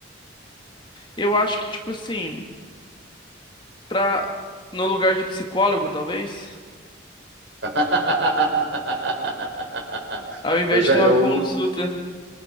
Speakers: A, on the left (about 25°); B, on the right (about 70°).
A: eu acho que, tipo assim, pra, no lugar de psicólogo, talvez,
B: <laughs>
A: ao invés
B: Eu já,
A: de ter uma
B: eu,
A: consulta.